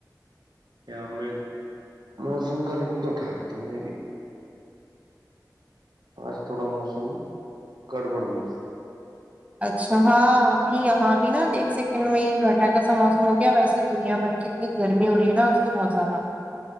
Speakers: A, on the right; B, on the right.
A: یار میں موسم کا لطف اٹھا رہا تھا میں بھی آج تھوڑا موسم گڑبڑ میں ہے
B: اچھا ہاں ابھی یہاں ا بھیھی نا ایک سیکنڈ میں ہی گھٹا کا سا موسم ہو گیا ویسے دنیا بھر کی اتنی گرمی ہو رہی ہے نا آج تو بہت زیادہ